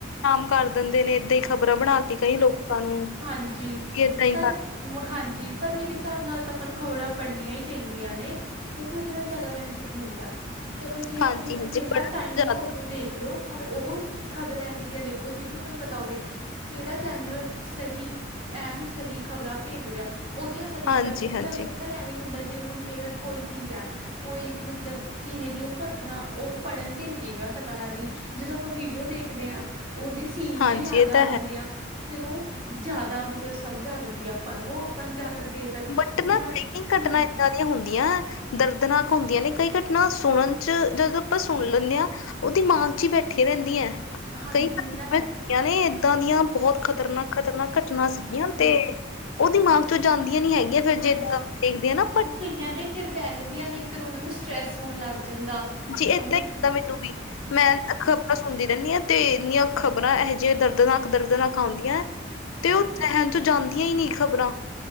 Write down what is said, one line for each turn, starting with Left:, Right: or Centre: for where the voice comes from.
Left: ਆਮ ਕਰ ਦਿੰਦੇ ਨੇ ਏਦਾਂ ਹੀ ਖ਼ਬਰਾਂ ਬਣਾ ਕੇ ਕਈ ਲੋਕਾਂ ਨੂੰ
Right: ਹਾਂਜੀ
Left: ਏਦਾਂ ਹੀ
Right: ਪਰ
Left: ਕਰ।
Right: ਹਾਂਜੀ ਪਰ ਮੇਰੇ ਹਿਸਾਬ ਨਾਲ ਤਾਂ ਆਪਾਂ ਨੂੰ ਖ਼ਬਰਾਂ ਪੜ੍ਹਨੀਆਂ ਹੀ ਚਾਹੀਦੀਆਂ ਨੇ। ਕਿਉਂਕਿ ਉਹਦੇ ਨਾਲ ਜ਼ਿਆਦਾ ਬੈਨੀਫਿਟ ਮਿਲਦਾ ਚਲੋ ਜੇ ਆਪਣੇ
Left: ਹਾਂਜੀ
Right: ਕੋਲ
Left: ਹਾਂਜੀ
Right: ਕਈ ਵਾਰ
Left: ਪੜ੍ਹਨ
Right: ਟਾਈਮ ਨੀ
Left: ਜ਼ਿਆਦਾ
Right: ਉਦੋਂ ਦੇਖ ਲੋ। ਪਰ ਉਹ ਖ਼ਬਰਾਂ ਐਵੇਂ ਦੀਆਂ ਦੇਖੋ ਜਿਹ ਤੂੰ ਆਪੈ ਨੂੰ ਪਤਾ ਹੋਵੇ। ਕਿਹੜਾ ਚੈਨਲ ਸਹੀ ਐਨ ਸਹੀ ਖ਼ਬਰਾਂ ਭੇਜ ਰਿਹਾ। ਉਹ ਤੇ ਆਪਾਂ ਦੇਖ
Left: ਹਾਂਜੀ
Right: ਸਕਦੇ ਹਾਂ
Left: ਹਾਂਜੀ
Right: ਚੱਲ ਉਹਦੇ ਨਾਲ ਐਵੇ ਹੀ ਹੁੰਦਾ ਜਿਵੇਂ ਹੁਣ ਕਈ ਵਾਰ ਕੋਈ ਚੀਜ਼ ਆ। ਕੋਈ ਮਤਲਬ ਕਿਵੇਂ ਦੀ ਉਹ ਘਟਨਾ ਉਹ ਪੜ੍ਹਨ ਤੇ ਵੀ ਨਹੀਂ ਪਤਾ ਲੱਗਦੀ। ਜਦੋਂ ਆਪਾਂ ਵੀਡੀਓ ਦੇਖਦੇ ਹਾਂ ਉਹਦੇ ਸੀਨ
Left: ਹਾਂਜੀ
Right: ਜੇ ਯਾਦ।
Left: ਇਹ
Right: ਆ
Left: ਤਾਂ
Right: ਜਾਂਦੇ
Left: ਹੈ
Right: ਉਹ ਜ਼ਿਆਦਾ ਮਤਲਬ ਸਮਝ ਆ ਜਾਂਦੀ ਆ ਆਪਾਂ ਨੂੰ ਉਹ ਆਪਾਂ ਨੂੰ ਜਿਆਦਾ ਦੇ। ਹੁਣ
Left: ਬਟ ਨਾ
Right: ਜਿਵੇ ਆਪ
Left: ਕਈ ਘਟਨਾ
Right: ਹਾਂਜੀ।
Left: ਏਦਾਂ ਹੁੰਦੀਆਂ ਦਰਦਨਾਕ ਹੁੰਦੀਆਂ ਨੇ ਕਈ ਘਟਨਾ ਸੁਣਨ ਚ ਜਦੋਂ ਆਪਾਂ ਸੁਣ ਲੈਂਣੇਆ। ਉਹ ਦਿਮਾਗ ਚ ਹੀ ਬੈਠੀ ਰਹਿੰਦੀਆਂ।
Right: ਹਾਂਜੀ
Left: ਕਈ
Right: ਇਹ ਤਾਂ ਹੈ
Left: ਘਟਨਾ ਨੇ ਏਦਾਂ ਦੀਆਂ ਬਹੁਤ ਖ਼ਤਰਨਾਕ-ਖ਼ਤਰਨਾਕ ਘਟਨਾ ਸੀਗੀਆਂ
Right: ਹਾਂਜੀ
Left: ਤੇ। ਉਹ ਦਿਮਾਗ ਚੋ ਜਾਂਦੀਆਂ ਨੀ ਹੈਗੀਆਂ ਫਿਰ
Right: ਹਾਂਜੀ
Left: ਜਦੋ ਦੇਖਦੇਆ ਨਾਂ।
Right: ਉਹ ਕਈਆਂ ਦੇ ਫਿਰ ਬਹਿ ਜਾਂਦੀਆਂ ਨੇ ਫਿਰ ਉਹਨਾਂ ਨੂੰ ਸਟਰ੍ਰੈਸ ਹੋਣ ਲੱਗ ਜਾਂਦਾ।
Left: ਜੀ ਇਦਾਂ
Right: ਉਹ
Left: ਹੀ <unintelligible> ਹੁੰਦੀ ਰਹਿੰਦੀ ਐ ਤੇ ਇੰਨੀਆਂ ਖ਼ਬਰਾਂ ਇਹ ਜਿਹੀਆਂ ਦਰਦਨਾਕ ਦਰਦਨਾਕ ਆਉਂਦੀਆਂ। ਤੇ ਉਹ ਜਹਿਣ ਚੋ ਜਾਂਦੀਆਂ ਨੀ ਖ਼ਬਰਾਂ।